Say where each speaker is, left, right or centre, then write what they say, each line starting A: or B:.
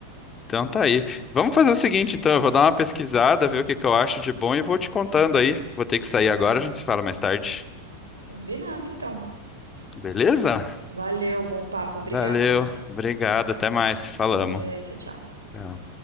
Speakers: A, on the left; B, on the right.
A: então tá aí. Vamos fazer o seguinte, então. Eu vou dar uma pesquisada, ver o que que eu acho de bom e vou te contando aí. Vou ter que sair agora, a gente se fala mais tarde.
B: Combinado, então.
A: Beleza?
B: Valeu, bom papo, obrigada.
A: Valeu. Obrigado. Até mais. Falamos.
B: Até, tchau, tchau.
A: Tchau.